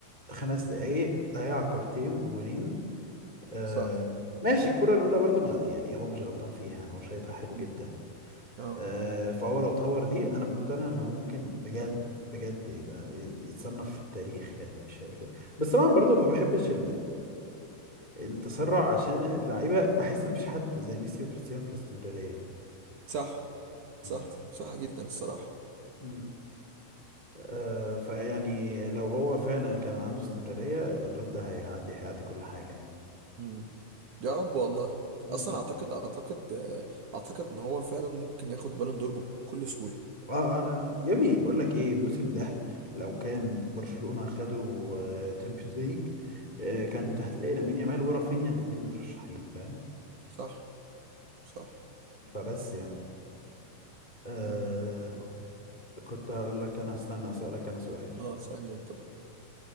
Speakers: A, on the left; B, on the right.
A: خمس دقايق ضيع كورتين بجونين آه
B: صح
A: ماشي الكرة الأولى برضو ما يعني هو مش غلطان فيها يعني هو شايطها حلو
B: <laughs>
A: جدا
B: مم. اه
A: آه فهو لو طور دي أنا مقتنع إن هو ممكن بجد بجد يبقى يتصنف في التاريخ يعني مش هيبقى كده بس طبعا برضو ما بحبش التسرع عشان اللعيبه بحس ان مفيش حد زي ميسي وكريستيانو في الاستمراريه
B: صح
A: مم.
B: صح صح جدا الصراحة
A: مم. آه فيعني لو هو فعلا كان عنده استمراريه الواد ده هيعدي هيعدي كل حاجه يعني
B: مم. يا رب والله
A: مم.
B: اصلا اعتقد اعتقد آه، اعتقد ان هو فعلا ممكن ياخد بالون دور بكل سهولة
A: اه اه لا لا يا ابني بقول لك ايه الموسم ده لو كان برشلونه خدوا تشامبيونز ليج كانت
B: مم.
A: هتلاقي لامين يامال ورافينيا الاتنين مترشحين فاهم
B: صح صح
A: فبس يعني آه
B: مم. ايوه
A: كنت هقول لك انا استنى اسالك انا سؤال
B: اه سهل انت بقى